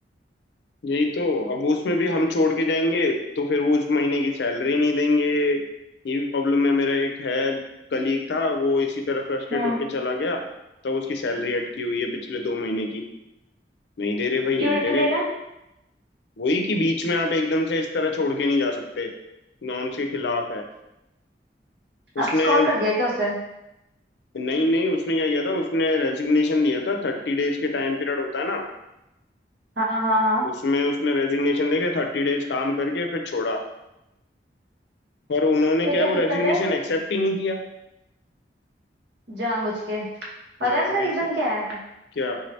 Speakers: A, on the left; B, on the right.
A: यही तो अब वो उसमें भी हम छोड़ के जाएंगे तो फिर वो उस महीने की सैलरी नहीं देंगे ये भी प्रॉब्लम है मेरा एक है कलीग था वो इसी तरह फ्रस्ट्रेट
B: हम्म
A: होके चला गया तब उसकी सैलरी अटकी हुई है पिछले दो महीने की नहीं दे रहे भाई
B: क्यों
A: नहीं
B: नहीं
A: दे रहे
B: दे रहा है
A: वही कि बीच में आप एकदम से इस तरह छोड़ के नहीं जा सकते नॉर्म्स के खिलाफ है उसने
B: abscond कर दिया क्या उसे
A: नहीं नहीं उसने क्या किया था उसने रेजिग्नेशन दिया था थर्टी डेज के टाइम पीरियड होता है ना
B: हाँ हाँ हाँ
A: उसमें उसने रेजिग्नेशन देके थर्टी डेज काम करके फिर छोड़ा पर उन्होंने
B: फिर
A: क्या
B: क्या
A: है, वो रेजिग्नेशन
B: दिक्कत है
A: एक्सेप्ट ही नहीं किया
B: जानबूझ के पता
A: हाँ
B: है इसका
A: एक्सेप्ट
B: रीजन क्या है
A: क्या